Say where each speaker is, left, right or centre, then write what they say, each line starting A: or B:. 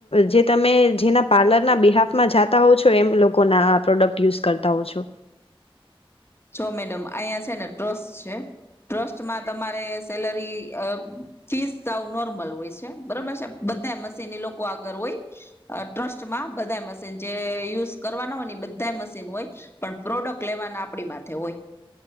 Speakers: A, on the left; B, on the left.
A: જે તમે જેના પાર્લરના બિહાફમાં જતા હોવ છો એમ લોકોના આ પ્રોડક્ટ યુઝ કરતા હો છો
B: જો મેડમ અહીંયા છે ને ટ્રસ્ટ છે ટ્રસ્ટમાં તમારે સેલરી ફીસ આવું નોર્મલ હોય છે બરોબર છે બધા મશીન એ લોકો આગળ હોય ટ્રસ્ટમાં બધા મશીન જે યુઝ કરવાના હોય ને બધા મશીન હોય પણ પ્રોડક્ટ લેવાના આપડી તેઠય